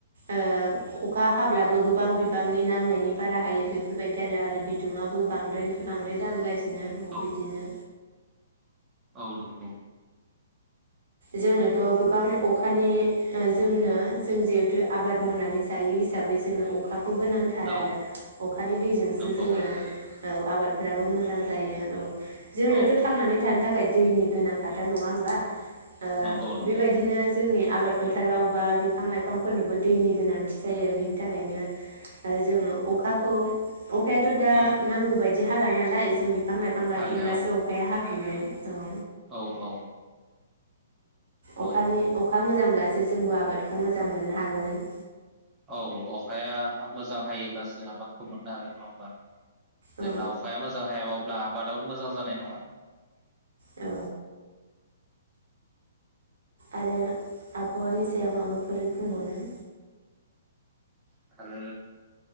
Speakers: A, on the right; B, on the right.
A: ओ अखा हाब्ला। गोबां बिबांनि नांनायनि बारा हायो बेफोरबायदि आरो आरो बिदुङाबो बांद्रायनिफ्राय बांद्राय जाबोगासिनो। बिदिनो
B: औ
A: बिदिनो।
B: औ नंगौ।
A: जोंनोथ गोबां अखानि जोंनो जों जिहेथु आबाद मावनानै जायो हिसाबै जोंनो अखा। खौ गोनांथार
B: औ नंगौ औ
A: आरो अखानि दैजोंसो
B: नंगौ
A: जोङो। औ आबादफोराबो मोजां जायो औ। जोनोथ
B: औ
A: थांनानै
B: औ
A: थानो थाखाय दैनि। गोनां खाथार नङा होमबा। ओ
B: नंगौ नंगौ
A: बेबायदिनो जोंनि आबाद। फोथाराव बा बिफां लाइफांफोरनोबो दैनि गोनांथि जायो बिनि थाखायनो ओ जोङो अखाखौ। अखायाथ दा
B: उम
A: नांगौ बायदि। बि हाला नालाय जों। बिफां लाइफां गायफनब्लासो
B: हालेया औ
A: अखाया हाब बि औ
B: औ औ।
A: अखानि
B: औ
A: अखा मोजां मोन। अब्लासो जोंबो आबादखौ मोजां मोननो हागोन।
B: औ अखाया मोजां हायोब्लासो आबादखौ मोननो हागोन नङा होमबा।
A: औ
B: जेब्ला अखाया मोजांहाय। जाब अब्ला आबादाबो मोजां जानाय नङा।
A: औ। आरो आबहावानि सायाव माबाफोर बुंबावनो।
B: आरो